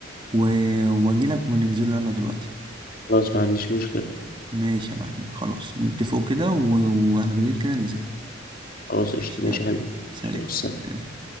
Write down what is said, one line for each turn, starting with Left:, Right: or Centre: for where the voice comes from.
Right: و... وأجيلك وننزله يلا دلوقتي
Left: خلاص ما عنديش مشكلة
Right: ماشي يا معلم خلاص نتفقوا كده و... وعلى بالليل كده ننزله
Left: خلاص قشطة
Right: ماشي
Left: ماشي
Right: يلا
Left: يا حبيبي
Right: سلام
Left: ماشي، والسلام.
Right: سلام.